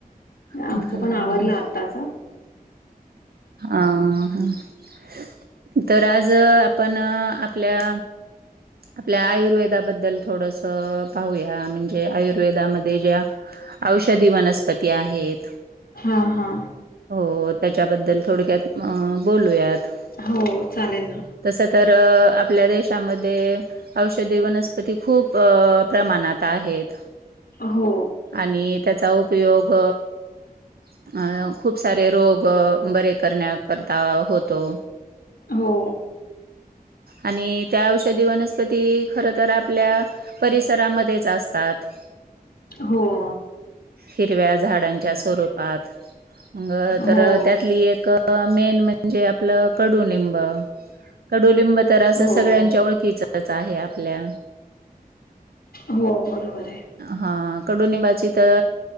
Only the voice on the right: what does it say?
हा
अ ह तर आज आपण आपल्या आपल्या आयुर्वेदाबद्दल थोडस पाहूया म्हणजे आयुर्वेदामध्ये ज्या औषधी वनस्पती आहेत.
हो त्याच्याबद्दल थोडक्यात अ बोलू यात
तस तर आपल्या दे, त्यामध्ये औषधी वनस्पती खूप प्रमाणात आहेत.
आणि त्याचा उपयोग, <unintelligible> खूप सारे रोग बरे करण्याकरता, होतो
आणि त्या औषधी वनस्पती खर तर आपल्या परिसरामध्येच असत.
हिरव्या झाडांच्या स्वरूपात. म तर
त्यातली एक, मेन म्हणजे आपलं कडुलिंब कडुलिंब, तर असं
सगळ्यांच्या ओळखीचच आहे. आपल्या,
हा कडुनिंबाची तर